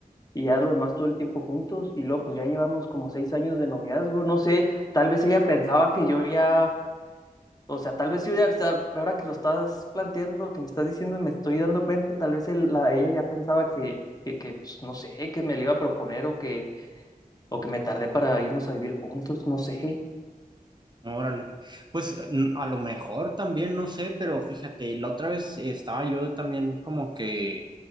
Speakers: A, on the left (about 25°); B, on the right (about 30°).
A: Y ya lo demás todo el tiempo juntos. Y luego pues ya llevamos como seis años de noviazgo. No sé, tal vez ella pensaba que yo ya O sea, tal vez yo ya, o sea, ahora que lo estás planteando, que me estás diciendo, me estoy dando cuenta, tal vez él- la, ella ya pensaba que, que, que, pues, no sé, que me lo iba a proponer o que, o que me tardé para irnos a vivir juntos, no sé.
B: Órale. Pues n- a lo mejor también, no sé, pero fíjate, la otra vez estaba yo también como que